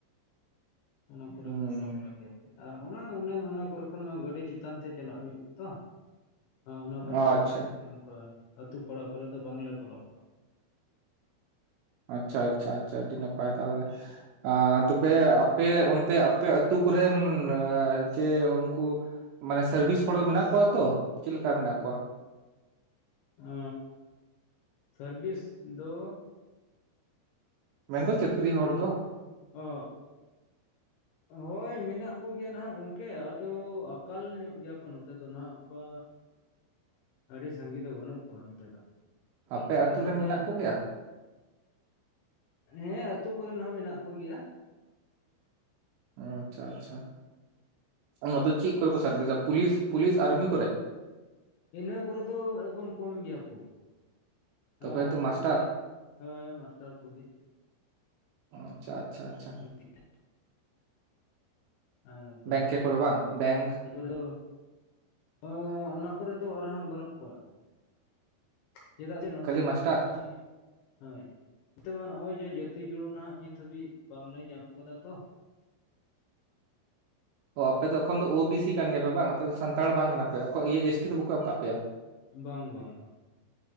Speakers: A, on the left (about 75°); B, on the right (about 80°).
A: ᱚᱱᱟ ᱠᱚᱨᱮ
B: ᱦᱩᱸ
A: ᱦᱚᱸ ᱪᱟᱞᱟᱣ ᱵᱟᱲᱟ ᱜᱮᱭᱟ ᱵᱚᱞᱮ ᱟᱨ ᱚᱱᱟ ᱚᱱᱮ ᱚᱱᱟ ᱠᱚᱨᱮ ᱠᱷᱚᱱ ᱢᱟ ᱜᱟᱹᱰᱤ ᱪᱮᱛᱟᱱ ᱛᱮ ᱪᱟᱞᱟᱜ ᱦᱩᱭᱩᱜᱼᱟ ᱛᱚ ᱚᱱᱟ ᱠᱚᱨᱮ
B: ᱟᱪᱪᱷᱟ
A: ᱫᱚ ᱯᱷᱮᱰ ᱠᱟᱛᱮᱜ ᱚᱱᱠᱟ ᱟᱛᱳ ᱯᱟᱲᱟ ᱠᱚᱨᱮ ᱫᱚ ᱵᱟᱝᱞᱮ ᱵᱚᱞᱚ ᱵᱟᱲᱟᱣ
B: ᱟᱪᱪᱷᱟ ᱟᱪᱪᱷᱟ ᱟᱪᱪᱷᱟ ᱟᱹᱰᱤ ᱱᱟᱯᱟᱭ ᱛᱟᱦᱚᱞᱮ ᱛᱚᱵᱮ ᱯᱮ ᱚᱱᱛᱮ ᱟᱯᱮ ᱟᱛᱩ ᱠᱚᱨᱮᱱ ᱡᱮ ᱩᱱᱠᱩ ᱢᱟᱱᱮ ᱥᱟᱨᱵᱷᱤᱥ ᱦᱚᱲ ᱢᱮᱱᱟᱜ ᱠᱚᱣᱟ ᱛᱚ ᱪᱮᱫ ᱞᱮᱠᱟ ᱢᱮᱱᱟᱜ ᱠᱚᱣᱟ
A: ᱚ ᱥᱟᱨᱵᱷᱤᱥ ᱫᱚ
B: ᱢᱮᱱᱫᱚ
A: ᱥᱟᱨᱵᱷᱤᱥ
B: ᱪᱟᱹᱠᱨᱤ ᱦᱚᱲ ᱫᱚ
A: ᱼ ᱚ ᱦᱳᱭ ᱢᱮᱱᱟᱜ ᱠᱚ ᱜᱮᱭᱟ ᱱᱟᱦᱟᱸᱜ ᱜᱚᱝᱠᱮ ᱟᱫᱚ ᱟᱠᱟᱞ ᱧᱚᱜ ᱜᱮᱭᱟ ᱠᱚ ᱱᱚᱛᱮ ᱫᱚ ᱱᱟᱸᱜ ᱚᱱᱠᱟ ᱟᱹᱰᱤ ᱥᱟᱸᱜᱮ ᱫᱚ ᱵᱟᱹᱱᱩᱜ ᱠᱚᱣᱟ ᱱᱚᱛᱮ ᱫᱚ
B: ᱟᱯᱮ ᱟᱛᱩ
A: ᱪᱮᱫᱟᱜ
B: ᱨᱮᱱ
A: ᱡᱮ
B: ᱢᱮᱱᱟᱜ ᱠᱚ ᱜᱮᱭᱟ?
A: ᱦᱮᱸ ᱟᱹᱛᱩ ᱠᱚᱨᱮᱱ ᱦᱚᱸ ᱢᱮᱱᱟᱜ ᱠᱚ ᱜᱮᱭᱟ᱾
B: ᱟᱪᱪᱷᱟ ᱟᱪᱪᱷᱟ ᱟᱫᱚ ᱪᱤᱜ ᱠᱚᱨᱮ ᱠᱚ ᱥᱟᱨᱵᱤᱥᱟ ᱯᱩᱞᱤᱥᱼᱼ ᱯᱩᱞᱤᱥ ᱟᱨᱢᱤ ᱠᱚᱨᱮ?
A: ᱤᱱᱟᱹ ᱠᱚᱨᱮ ᱫᱚ ᱮᱠᱜᱚᱢ ᱠᱚᱢ ᱜᱮᱭᱟ ᱠᱚ
B: ᱛᱚᱵᱮ
A: ᱚᱻᱱᱚᱜ-ᱚᱭ
B: ᱛᱚ ᱢᱟᱥᱴᱟᱨ
A: ᱦᱮ ᱢᱟᱥᱴᱟᱨ ᱠᱩᱜᱤ
B: ᱟᱪᱪᱷᱟ ᱟᱪᱪᱷᱟ ᱟᱪᱪᱷᱟ᱾
A: ᱢᱤᱫᱴᱮᱡᱼᱼ <unintelligible> ᱟᱨ ᱱᱚᱠᱟ
B: ᱵᱮᱝᱠᱮ ᱠᱚᱨᱮ ᱵᱟᱝ ᱵᱮᱝᱠ
A: ᱪᱤᱵᱼᱼ ᱵᱩ ᱨᱮᱱ <unintelligible> ᱫᱚ ᱚᱻ ᱚᱱᱟ ᱠᱚᱨᱮ ᱫᱚ ᱟᱨᱦᱚᱸ ᱵᱟᱹᱱᱩᱜ ᱠᱚᱣᱟ᱾ ᱪᱮᱫᱟᱜ ᱥᱮ ᱱᱚᱛᱮ
B: ᱠᱷᱟᱹᱞᱤ ᱢᱟᱥᱴᱟᱨ
A: ᱢᱟ ᱱᱚᱜ-ᱚᱭ ᱦᱚᱭ ᱱᱚᱛᱮ ᱢᱟ ᱱᱚᱜ-ᱚᱭ ᱡᱮ ᱡᱟᱹᱛᱤ ᱡᱩᱲᱩ ᱱᱟᱸᱜ ᱱᱤᱛ ᱦᱟᱹᱵᱤᱡ ᱵᱟᱝ ᱞᱮ ᱧᱟᱢ ᱠᱟᱫᱟ ᱛᱚ᱾
B: ᱚ ᱟᱯᱮ ᱫᱚ ᱮᱠᱷᱚᱱ ᱫᱚ ᱳ ᱵᱤ ᱥᱤ ᱠᱟᱱ ᱜᱮᱭᱟ ᱯᱮ ᱵᱟᱝ ᱟᱯᱮ ᱫᱚ ᱥᱟᱱᱛᱟᱲ ᱵᱟᱝ ᱠᱟᱱᱟ ᱯᱮ ᱠᱚ ᱤᱭᱟᱹ ᱮᱥᱴᱤ ᱫᱚ ᱵᱟᱠᱚ ᱮᱢ ᱠᱟᱜ ᱯᱮᱭᱟ?
A: ᱵᱟᱝ ᱵᱟᱝ ᱵᱟᱝ᱾